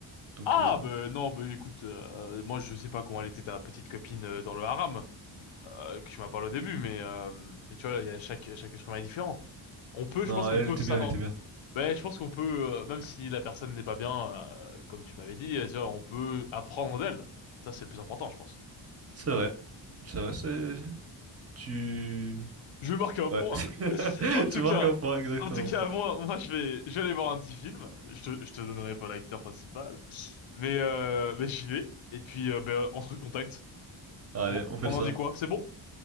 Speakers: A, on the right; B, on the left.
A: Donc
B: Ah,
A: euh,
B: ben non, ben écoute, euh, moi je sais pas comment elle était ta petite copine euh, dans le haram, euh, que tu m'as parlé au début, mais euh, tu vois, il y a chaque, chaque être humain est différent. On peut,
A: non,
B: je pense qu'on
A: elle
B: peut
A: elle était
B: ça.
A: bien, elle
B: on-
A: était bien.
B: Ouais, je pense qu'on peut, euh, même si la personne n'est pas bien, euh, comme tu m'avais dit, euh, tu vois, on peut apprendre d'elle. Ça, c'est le plus important, je pense.
A: C'est vrai, c'est vrai, c'est tu,
B: Je vais marquer un
A: ouais,
B: point.
A: <laughs>
B: En tout
A: tu marques
B: cas,
A: un point exactement.
B: en tout cas, moi, moi, je vais, je vais aller voir un petit film. Je te, je te donnerai pas l'acteur principal, mais, euh, mais j'y vais. Et puis, euh, ben, on se recontacte.
A: Allez,
B: On, en-
A: on fait
B: on
A: ça.
B: en dit quoi? C'est bon?